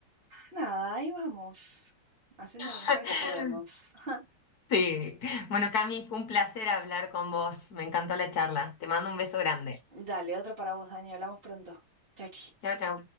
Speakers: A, on the right; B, on the left.
A: nada, ahí vamos, haciendo
B: <laughs>
A: lo mejor que podemos. <laughs>
B: Sí. Bueno, Cami, fue un placer hablar con vos. Me encantó la charla. Te mando un beso grande.
A: Dale, otro para vos, Dani, hablamos pronto. Chao, chi.
B: Chao, chao.